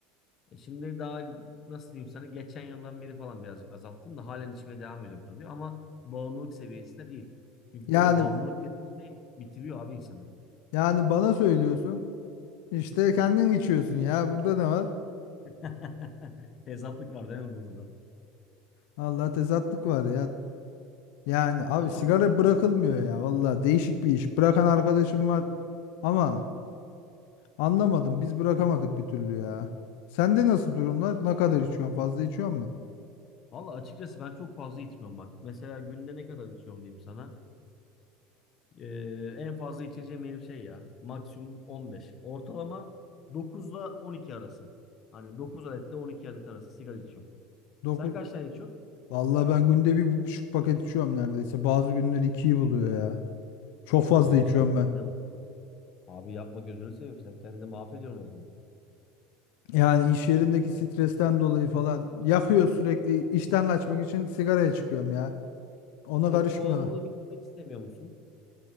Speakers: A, on the left (about 35°); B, on the left (about 70°).
A: E şimdi daha nasıl diyeyim sana geçen yıldan beri falan birazcık azalttım da halen içmeye devam ediyorum tabii ama bağımlılık seviyesinde değil. Çünkü
B: Yani
A: böyle bağımlılık dediğin şey bitiriyor abi insanı.
B: yani bana söylüyorsun. İşte kendin içiyorsun ya. Burada ne var?
A: <laughs> Tezatlık var değil mi burada da?
B: Allah tezatlık var ya. Yani abi
A: Ama
B: sigara
A: <laughs> bilmiyorum.
B: bırakılmıyor ya valla değişik bir iş. Bırakan arkadaşım var ama anlamadım biz bırakamadık bir türlü ya. Sende nasıl durumlar? Ne kadar içiyorsun? Fazla içiyor musun?
A: Valla açıkçası ben çok fazla içmiyorum bak. Mesela günde ne kadar içiyorum diyeyim sana. Ee, en fazla içeceğim benim şey ya. Maksimum 15. Ortalama 9 ile 12 arası. Hani 9 adetle 12 adet arası sigara içiyorum.
B: 9.
A: Sen kaç tane içiyorsun?
B: Valla ben günde bir buçuk paket içiyorum neredeyse. Bazı günler ikiyi buluyor ya. Çok fazla
A: Oo
B: içiyorum
A: sen kendine
B: ben.
A: Abi yapma gözünü seveyim sen kendini mahvediyorsun o zaman.
B: Yani iş yerindeki stresten dolayı falan yakıyor sürekli. İşten kaçmak için sigaraya çıkıyorum ya. Ona karışmıyorlar.
A: E bu bağımlılığı bitirmek istemiyor musun?